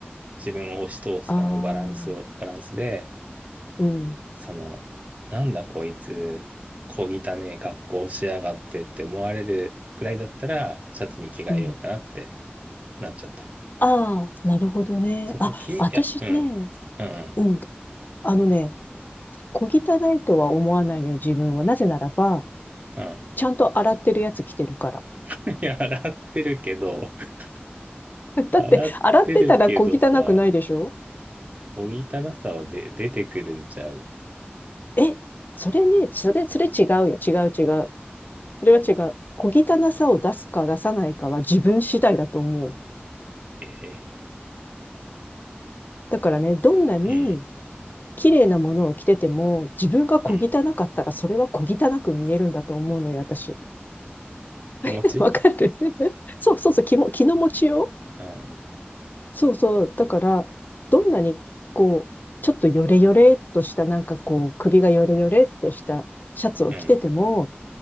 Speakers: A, on the right; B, on the left.
A: 自分を押し通すかのバランスを、
B: ああ、
A: バランスで、
B: うん、
A: その、なんだこいつ、小汚ねえ格好しやがってって思われるくらいだったら、シャツに着替えようかなって。
B: うん。
A: なっちゃった。
B: ああ、なるほどね。
A: そこ気に、
B: あ、私ね、
A: いや、うん、うん、
B: うん、あのね、小汚いとは思わないのよ、自分は。なぜならば、
A: うん。うん
B: ちゃんと洗ってるやつ着てるから。
A: <laughs> いや、洗ってるけど、<laughs>
B: <laughs> だって、
A: 洗ってるけどさ、
B: 洗ってたら小汚くないでしょ
A: おぎたなさはで、出てくるんちゃうの。
B: え、それね、それ、それ違うよ、違う違う。それは違う。小汚さを出すか出さないかは自分次第だと思う。
A: え
B: だからね、どんなに
A: ー、
B: 綺麗なものを着てても、自分が小汚かったらそれは小汚く見えるんだと思うのよ、
A: うん、うん。
B: 私。
A: 気持ち
B: <laughs> わかる <laughs> そうそうそう、気も、気の持ちよう
A: うん、
B: そうそう。だから、どんなに、こう、ちょっとヨレヨレっとした、なんかこう、首がヨレヨレっとしたシャツを着てても、
A: うん。